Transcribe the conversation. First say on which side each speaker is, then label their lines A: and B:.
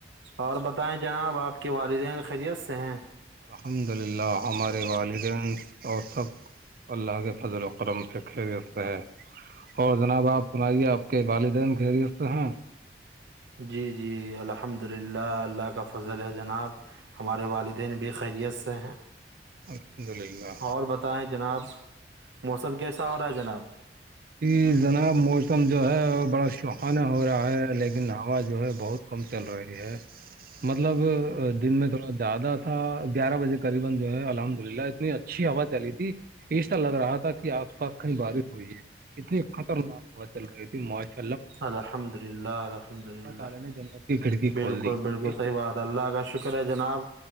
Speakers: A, on the right (about 80°); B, on the right (about 50°).
A: اور بتائیں جناب آپ کے والدین خیریت سے ہیں
B: الحمد للہ ہمارے والدین اور سب اللہ کے فضل اکرم سے کھیل رتے ہے اور جناب آپ سنائیے آپ کے والدین خیریست سے ہیں
A: جی جی الحمد للہ اللہ کا فضل ہے جناب ہمارے والدین بھی خیریت سے ہیں
B: الحمد للہ
A: اور جناب موسم کیسا ہو رہا ہے جناب
B: یہ جناب موسم جو ہے بڑا سہانہ ہو رہا ہے لیکن ہوا جو ہے بہت کم چل رہی ہے مطلب دن میں تھوڑا زیادہ تھا گیارہ بجے قریبا جو ہے الحمد للہ اتنی اچھی ہوا چلی تھی ایسرا لگ رہا تھا کہ آب ف کنی بارش ہوئی ہے اتنی خطرناک ہوا چل رہی تھی معاش
A: الحمد للہ الحمد
B: اللہ
A: للہ
B: تعالی نے جنت کی کھڑکی
A: بالکل
B: کھول دی
A: بالکل
B: ایسی
A: صحیح
B: کی
A: بات
B: آواز
A: اللہ آگش شکر ہے جناب